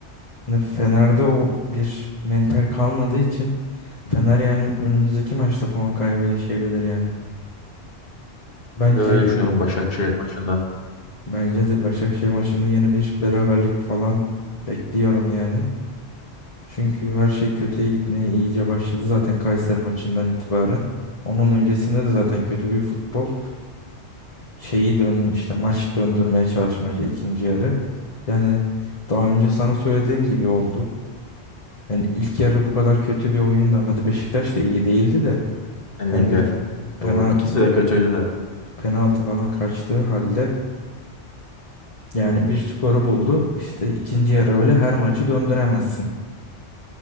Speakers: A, on the left (about 35°); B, on the left (about 55°).
A: hani Fener'de o bir mental kalmadığı için Fener yani önümüzdeki maçta puan kaybı yaşayabilir yani. Bence
B: Ben de öyle düşünüyorum Başakşehir maçında.
A: bence de Başakşehir maçında yeni bir beraberlik falan bekliyorum yani. Çünkü her şey kötüye gitmeye iyice başladı zaten Kayseri maçından itibaren. Onun öncesinde de zaten kötü bir futbol şeyi dön işte maç döndürmeye çalışmaca ikinci yarı. Yani daha önce sana söylediğim gibi oldu. Yani ilk yarı bu kadar kötü bir oyunla hadi Beşiktaş da iyi değildi de
B: Genellikle
A: hani bir pe- penaltı
B: doğru. İkisi de kötüydü de.
A: penaltı falan kaçtığı halde yani bir skoru buldu. İşte ikinci yarı öyle her maçı döndüremezsin.